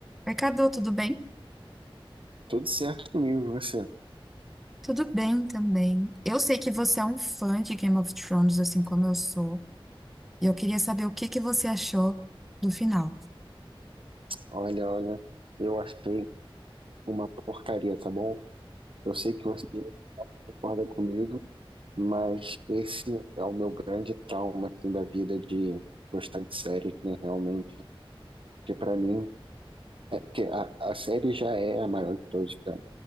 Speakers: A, in the centre; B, on the right.
A: Oi, Cadu, tudo bem?
B: Tudo certo comigo, e você?
A: Tudo bem também. Eu sei que você é um fã de Game of Thrones, assim como eu sou, e eu queria saber o que que você achou do final.
B: Olha, olha, eu achei uma porcaria, tá bom? Eu sei que você concorda comigo, mas esse é o meu grande trauma assim, da vida de gostar de séries, né? Realmente, porque pra mim, é, porque a, a série já é a maior de todos, os tempos,